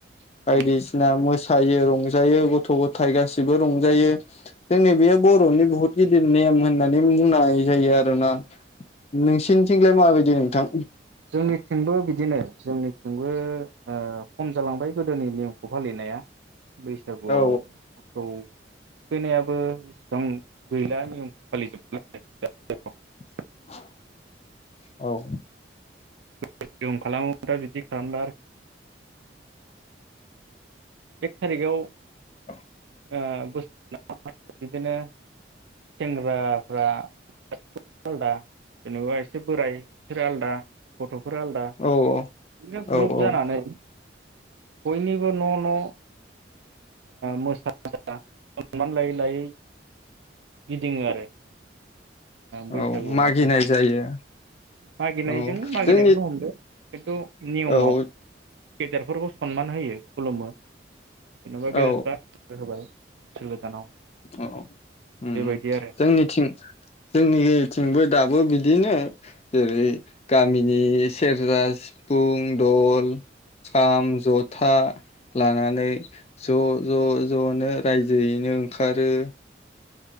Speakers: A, on the right; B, on the left.
A: औ
B: बायदिस मोसौ <unintelligible> थायो रंजायो गथ' गथाय गासिबो रंजायो जोंनि बेयो बर'नि बहुत गिदिर नेम होननानै बुंनाय जायो आरोना। नोंसिनिथिंलाय माबायदि नोंथां?
A: जोंनिथिंबो बिदिनो जोंनि जोंबो ओ खम जालांबाय गोदोनि नेमखौ फालिनाया बैसागुआव
B: औ
A: थ थुखैनायाबो इसिबां गैला नियम <unintelligible>
B: <unintelligible> औ
A: <unintelligible> दा बिदि खालामला आरो एक थारिगाव
B: औ
A: आ बोसोराव <unintelligible> बिदिनो सेंग्राफ्रा आलदा जेनेबा एसे बोराय बिसोरो आलादा गथ' फोरा आलदा बिदिनो
B: औ औ
A: ग्रुप
B: औ
A: जानानै बयनिबो न' न' ओ मोसा मोसा मान सनमान लायै लायै गिदिङो आरो बैसागु
B: औ मागिनाय
A: माबायावहाय
B: जायो।
A: मागिनायजों
B: औ
A: मागिनायखौनो
B: जोंनि
A: हमदो। खिनथु नियमाव
B: औ
A: गेदेरफोरखौ सनमान होयो खुलुमो। जेनबा गेदेरफ्रा
B: औ
A: बोरहोबाय बोसोर गोदानाव
B: औ उम
A: बेबायदि
B: उम
A: आरो
B: जोंनिथिं जोंनिथिंबो दाबो बिद दिनो जेरै गामिनि सेरजा सिफुं दल खाम जथा लानानै ज' ज' ज'नो रायजोयैनो ओंखारो